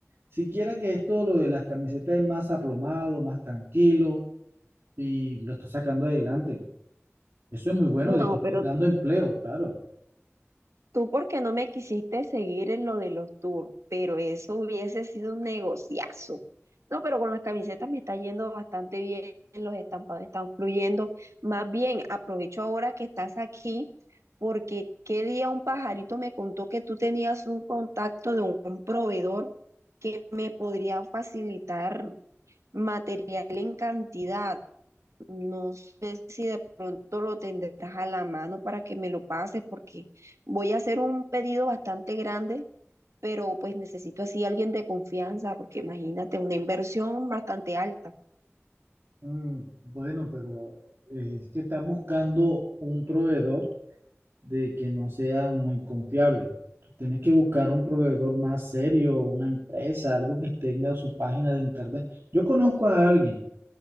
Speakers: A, on the right; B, on the right.
A: Siquiera que esto, lo de las camisetas es más aplomado, más tranquilo y lo está sacando adelante. Eso es muy bueno
B: No,
A: de que esté
B: pero
A: dando empleo, claro.
B: Tú porque no me quisiste seguir en lo de los tours, pero eso hubiese sido un negociazo. No, pero con las camisetas me está yendo bastante bien, los estampados están fluyendo. Más bien, aprovecho ahora que estás aquí, porque qué día un pajarito me contó que tú tenías un contacto de un proveedor que me podría facilitar material en cantidad. No sé si de pronto lo tendrás a la mano para que me lo pases, porque voy a hacer un pedido bastante grande, pero pues necesito así alguien de confianza, porque imagínate, una inversión bastante alta.
A: Mm, bueno, pero eh, es que estás buscando un proveedor de que no sea muy confiable. Tú tienes que buscar un proveedor más serio, una empresa, algo que tenga su página de internet. Yo conozco a alguien,